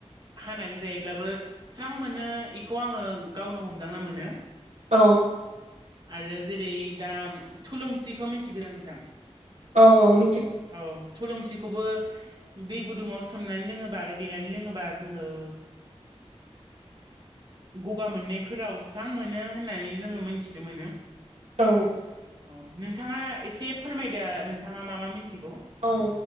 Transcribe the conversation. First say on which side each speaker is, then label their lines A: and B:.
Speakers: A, on the right; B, on the right.
A: हानानै जायोब्लाबो स्रां मोनो इखौ आङो गावनो हमदांना मोनो।
B: औ
A: आरो जेरै दा थुलुंसिखौ मिथिगो नोंथां?
B: औ औ मि
A: औ थुलुंसिखौबो दै गुदुङाव सोमनानै लोङोबा आरो देनानै लोङोबा जोङो
B: <inaudible>
A: गगा मोननायफोराव स्रां मोनो होननानै जोङो मोनथिनो मोनो।
B: औ
A: औ नोंथाङा एसे फोरमायदो नोंथाङा मा मा मिन्थि
B: औ